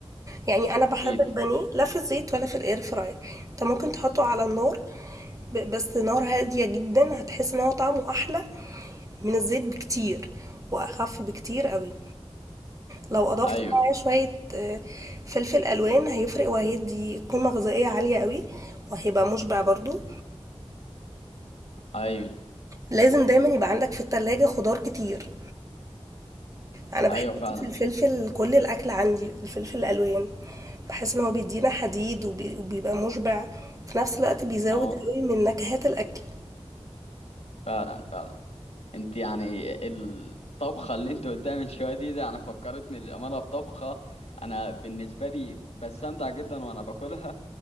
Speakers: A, on the right; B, on the left.
A: يعني انا بحب
B: أكيد
A: البانيه لا في الزيت ولا في الاير فراير انت ممكن تحطه على النار ب- بس نار هاديه جدا هتحس ان هو طعمه احلى من الزيت بكتير واخف بكتير قوي لو اضفت
B: أيوه
A: معاه شويه آه، فلفل الوان هيفرق وهيدي قيمه غذائيه عاليه قوي وهيبقى مشبع برضو
B: أيوه
A: لازم دايما يبقى عندك في التلاجة خضار كتير انا بحب
B: أيوه فعلا
A: في الفلفل كل الاكل عندي الفلفل الالوان بحس ان هو بيدينا حديد وبي- وبيبقى مشبع في نفس الوقت بيزود
B: اه
A: قوي من نكهات الاكل
B: فعلا فعلا انت يعني الطبخه اللي انت قدامي من شويه دي ده انا فكرتني للامانه بطبخه انا بالنسبه لي بستمتع جدا وانا باكلها